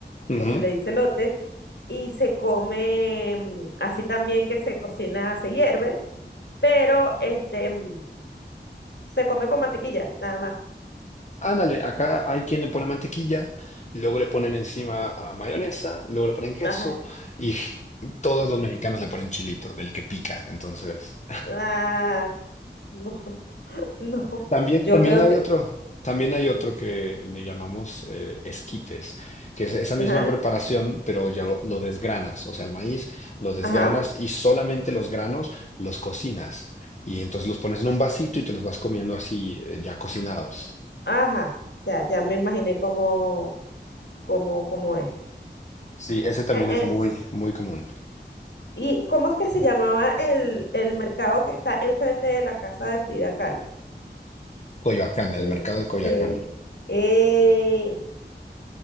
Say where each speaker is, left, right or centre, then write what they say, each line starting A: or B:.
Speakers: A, on the left; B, on the left.
A: Ujú.
B: no se le dice lote, y se come mm, así también que se cocina, se hierve, pero este mm, se come con mantequilla, nada más.
A: Ándale, acá hay quien le pone mantequilla, luego le ponen encima a mayonesa, luego le ponen queso
B: Ajá.
A: y todos los mexicanos le ponen chilito, del que pica, entonces...
B: Ah, no, <laughs> no.
A: También,
B: Yo
A: también
B: creo
A: hay
B: que
A: otro, también hay otro que le llamamos eh, esquites, que es esa misma
B: Ajá,
A: preparación, pero ya lo, lo desgranas, o sea, el maíz lo desgranas
B: ajá,
A: y solamente los granos los cocinas. Y entonces los pones en un vasito y te los vas comiendo así, eh, ya cocinados.
B: ajá. Ya, ya me imaginé cómo, cómo, cómo es.
A: Sí, ese también
B: Eh, eh,
A: es muy, muy común.
B: ¿y cómo es que se llamaba el, el mercado que está enfrente de la casa de Frida Kahlo?
A: Coyoacán, el
B: Ese,
A: mercado de Coyoacán.
B: eh,